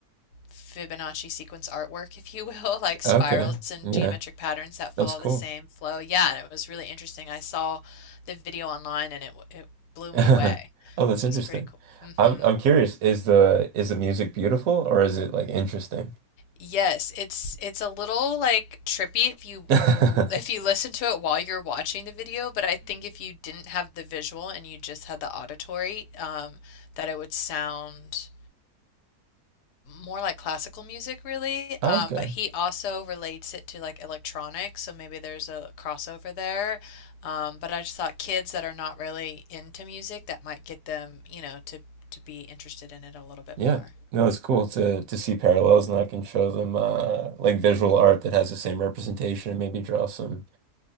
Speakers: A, on the left; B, on the right.
A: Fibonacci sequence artwork, if you will, <laughs> like spirals
B: Okay.
A: and
B: Yeah.
A: geometric patterns that follow
B: That's cool.
A: the same flow. Yeah, and it was really interesting. I saw the video online and it it blew
B: <laughs>
A: me away.
B: Oh, that's
A: It
B: interesting.
A: was pretty cool. hmm
B: I'm I'm curious, is the is the music beautiful or is it like interesting?
A: Yes, it's it's a little like trippy if you
B: <laughs>
A: l- if
B: hmm
A: you listen to it while you're watching the video, but I think if you didn't have the visual and you just had the auditory, um, that it would sound more like classical music really
B: Oh,
A: um,
B: okay.
A: but he also relates it to like electronics so maybe there's a crossover there um, but I just thought kids that are not really into music that might get them you know to to be interested in it a little bit
B: Yeah.
A: more
B: No, it's cool to to see parallels and I can show them uh like visual art that has the same representation and maybe draw some